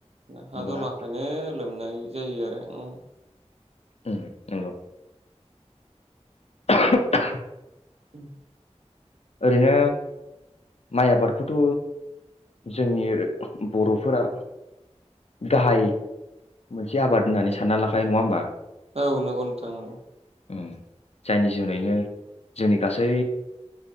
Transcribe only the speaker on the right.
हा
द'लाखायनो लोमनाय जायो आरो उम
उ
औ नंगौ नोंथां नंगौ